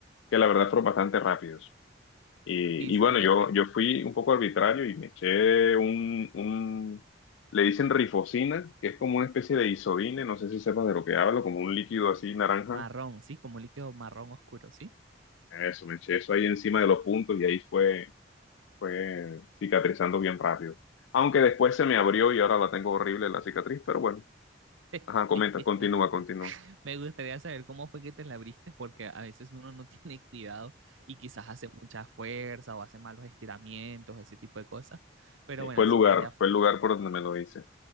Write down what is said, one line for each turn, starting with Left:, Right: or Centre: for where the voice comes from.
Left: que la verdad fueron bastante rápidos. Y,
Right: Sí, sí,
Left: y bueno, yo,
Right: a-
Left: yo fui un poco arbitrario y me eché un, un, le dicen rifocina, que es como una especie de isodine, no sé si sepas de lo que hablo, como un líquido así naranja.
Right: marrón, sí, como líquido marrón oscuro, sí.
Left: Eso, me eché eso ahí encima de los puntos y ahí fue, fue cicatrizando bien rápido. Aunque después se me abrió y ahora la tengo horrible la cicatriz, pero bueno,
Right: <laughs>
Left: ajá, comenta, continúa, continúa.
Right: Me gustaría saber cómo fue que te la abriste, porque a veces uno no <laughs> tiene cuidado y quizás hace mucha fuerza o hace malos estiramientos, ese tipo de cosas. Pero
Left: Y
Right: bueno,
Left: Fue el
Right: sí,
Left: lugar,
Right: para allá f-
Left: fue el lugar por donde me lo hice.